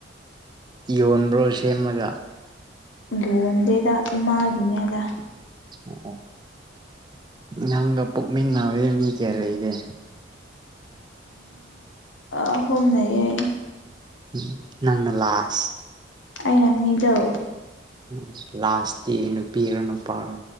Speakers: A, on the right; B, on the left.
A: ꯌꯣꯟꯕ꯭ꯔꯣ ꯁꯦꯝꯃꯒ
B: ꯌꯣꯟꯗꯦꯗ ꯏꯃꯥꯒꯤꯅꯦꯗ
A: ꯑꯣ ꯑꯣ ꯅꯪꯒ ꯄꯨꯣꯛꯃꯤꯟꯅꯕ ꯃꯤ ꯀꯌꯥ ꯂꯩꯒꯦ
B: ꯑꯍꯨꯝ ꯂꯩꯌꯦ
A: ꯎ ꯅꯪꯅ ꯂꯥꯁ
B: ꯑꯩꯩꯅ ꯃꯤꯗꯥꯜ
A: ꯎ ꯂꯥꯁꯇꯤ ꯅꯨꯄꯤꯔꯣ ꯅꯨꯄꯥꯔꯣ